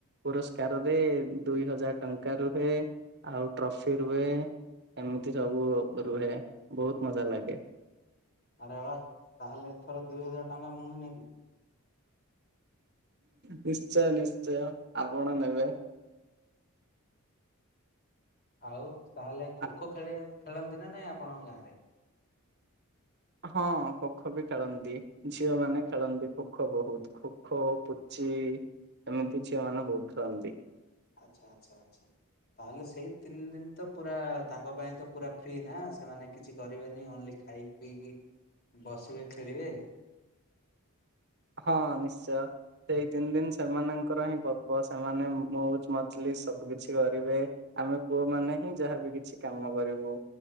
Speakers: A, on the right; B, on the left.
A: ପୁରସ୍କାରରେ ଦୁଇ ହଜାର ଟଙ୍କା ରୁହେ ଆଉ ଟ୍ରଫି ରୁହେ ଏମିତି ସବୁ ରୁହେ ବହୁତ ମଜା ଲାଗେ
B: ଆରେ ବା ତାହେଲେ ଏଥର ଦୁଇ ହଜାର ଟଙ୍କା ମୁଁ ହିଁ ନେବି
A: ନିଶ୍ଚୟ ନିଶ୍ଚୟ ଆପଣ ନେବେ
B: ଆଉ ତାହେଲେ ଖୋ
A: ଆ-
B: ଖୋ ଖେଳ ଖେଳନ୍ତି ନା ନାଇଁ ଆପଣଙ୍କ ଗାଁରେ
A: ହଁ ଖୋ ଖୋ ବି ଖେଳନ୍ତି ଝିଅ ମାନେ ଖେଳନ୍ତି ଖୋ ଖୋ ବହୁତ ଖୋ ଖୋ ପୁଚି ଏମିତି ଝିଅ ମାନେ ବହୁତ ଖେଳନ୍ତି
B: ଆଚ୍ଛା ଆଚ୍ଛା ଆଚ୍ଛା ତାହେଲେ ସେଇ ତିନି ଦିନ ତ ପୁରା ତାଙ୍କ ପାଇଁ ତ ପୁରା ଫ୍ରି ନା ସେମାନେ କିଛି କରିବେନି ଓନ୍ଲି ଖାଇକି ପିଇକି ବସିବେ ଖେଳିବେ
A: ହଁ ନିଶ୍ଚୟ ସେଇ ତିନି ଦିନ ସେମାନଙ୍କର ହିଁ ପପ ସେମାନେ ମଉଜ ମଜଲି ସବୁ କିଛି କରିବେ ଆମେ ପୁଅ ମାନେ ହିଁ ଯାହାବି କିଛି କାମ କରିବୁ